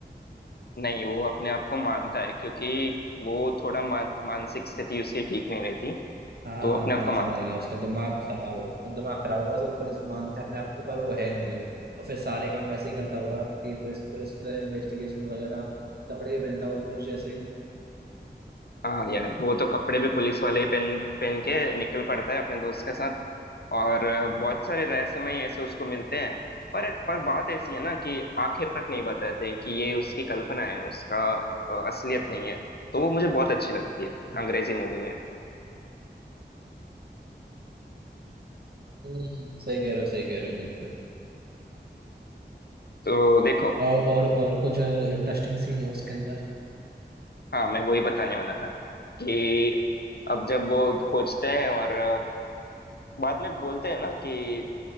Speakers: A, on the left; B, on the right.
A: नहीं वो अपने आप को मानता है क्योंकि वो थोड़ा मा, मानसिक स्थिति उसकी ठीक नहीं रहती
B: हाँ
A: तो वो
B: हाँ
A: अपने
B: हाँ
A: आप को मानता
B: समझ गया
A: है
B: उसका दिमाग खराब हो और दिमाग खराब हुआ तो पुलिस मानता है अपने आप को पर वो है नहीं वो और फिर सारे काम वैसे ही करता हुआ कि पुलिस पुलिस की तरह इन्वेस्टिगेशन वगैरह कपड़े ही पहनता हुआ पुलिस जैसे ही
A: हाँ यार वो तो कपड़े भी पुलिस वाले ही पहन पहन के निकल पड़ता है अपने दोस्त के साथ और अ, बहुत सारे रहस्यमय ऐसे उसको मिलते हैं पर पर बात ऐसी है ना कि आखिर तक नहीं बताते कि ये उसकी कल्पना है उसका अ, असलियत नहीं है तो वो मुझे बहुत अच्छी लगती है अंग्रेजी मूवी में
B: हम्म, सही कह रहे हो सही कह रहे हो बिल्कुल
A: तो देखो
B: और और और कुछ इंटरेस्टिंग सीन हो उसके अंदर
A: हाँ मैं वही बताने वाला था कि अब जब वो खोजते हैं और अ, बाद में बोलते हैं ना कि